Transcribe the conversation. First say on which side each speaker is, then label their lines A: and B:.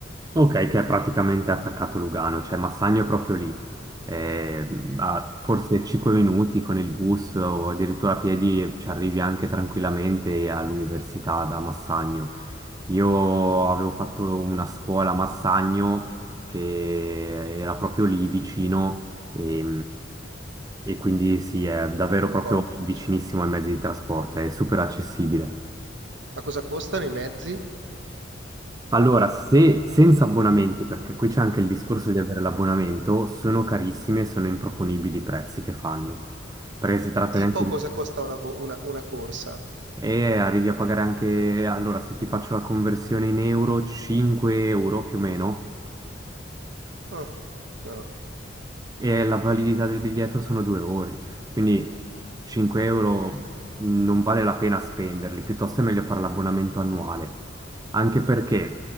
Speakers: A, on the right (about 20°); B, on the right (about 70°).
A: Ok, che è praticamente attaccato Lugano, cioè Massagno è proprio lì, Eh, a forse 5 minuti con il bus o addirittura a piedi ci arrivi anche tranquillamente all'università da Massagno. Io avevo fatto una scuola a Massagno che era proprio lì vicino e, e quindi sì, è davvero proprio
B: di Commodore.
A: vicinissimo ai mezzi di trasporto, è super accessibile.
B: Ma cosa costano i mezzi?
A: Allora, se senza abbonamenti, perché qui c'è anche il discorso di avere l'abbonamento, sono carissime e sono improponibili i prezzi che fanno. Perché si tratta
B: Tipo
A: di anche di-
B: cosa costa una, bo- una- una corsa?
A: E arrivi a pagare anche... Allora, se ti faccio la conversione in euro, 5 euro più o meno
B: Ah, però.
A: e la validità del biglietto sono due ore, quindi 5 euro mhmm, non vale la pena spenderli, piuttosto è meglio fare l'abbonamento annuale, anche perché